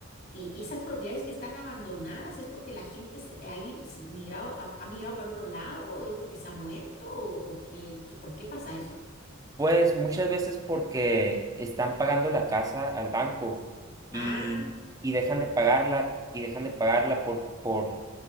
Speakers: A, on the left (about 50°); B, on the right (about 15°).
A: eh, esas propiedades que están abandonadas es porque la gente se, ha, ido- se migrado, ha, ha migrado para otro lado, es porque se ha muerto o, o que, que- ¿por qué pasa eso?
B: Pues muchas veces porque están pagando la casa al banco y,
A: Ah,
B: y dejan de pagarla y dejan de pagarla por, por